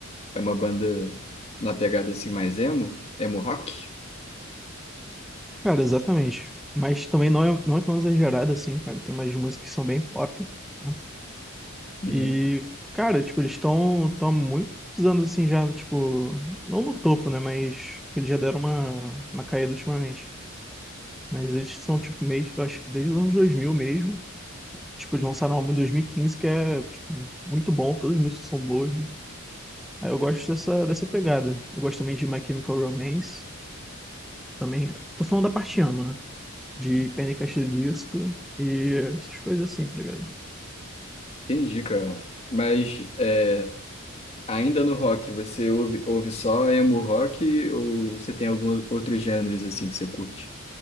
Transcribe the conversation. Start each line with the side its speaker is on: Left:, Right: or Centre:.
Left: É uma banda na pegada assim mais emo, emo rock.
Centre: Cara, exatamente. Mas também não é, não é tão exagerado assim, cara. Tem umas músicas que são bem pop, né?
Left: Uhum.
Centre: E, cara, tipo, eles estão tão tão há muitos anos assim já, tipo, não no topo, né? Mas eles já deram uma, uma caída ultimamente. Mas eles são, tipo, meio, eu acho que desde os anos 2000 mesmo. Tipo, eles lançaram um álbum em 2015 que é, tipo, muito bom, todas as músicas são boas, né? Aí eu gosto dessa, dessa pegada. Eu gosto também de My Chemical Romance. Também, tô falando da parte amo, né? de Panic! At the Disco e essas coisas assim, tá ligado?
Left: Entendi, cara. Mas é, ainda no rock, você ouve, ouve só emo rock ou você tem alguns outros gêneros assim que você curte?